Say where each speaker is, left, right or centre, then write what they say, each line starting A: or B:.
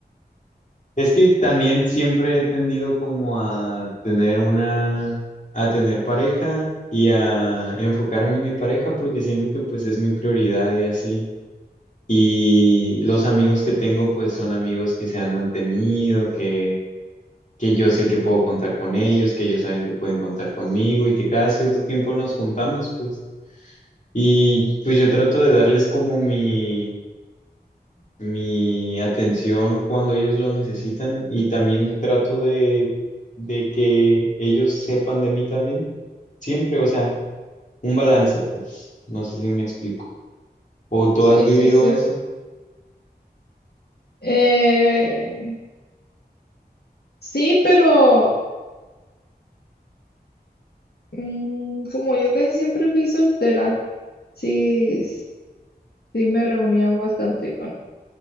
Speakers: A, on the left; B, on the left.
A: Es que también siempre he tendido como a tener una, a tener pareja y a enfocarme en mi pareja porque siento que pues es mi prioridad y así. Y los amigos que tengo pues son amigos que se han mantenido, que, que yo sé que puedo contar con ellos, que ellos saben que pueden contar conmigo y que cada cierto tiempo nos juntamos pues. Y pues yo trato de darles como mi mi atención cuando ellos lo necesitan y también trato de, de que ellos sepan de mí también, siempre, o sea, un balance, pues, no sé si me explico. ¿O tú
B: Sí,
A: has vivido
B: sí, sí.
A: eso?
B: Eh, sí, pero mm, como yo casi siempre fui soltera, sí. sí me reunía bastante con,